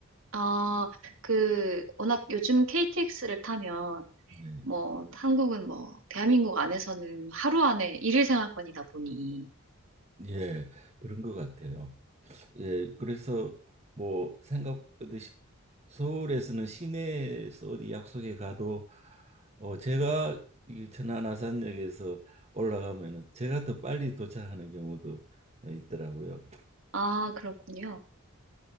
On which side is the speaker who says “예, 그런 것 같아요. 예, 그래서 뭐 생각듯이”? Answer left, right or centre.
Right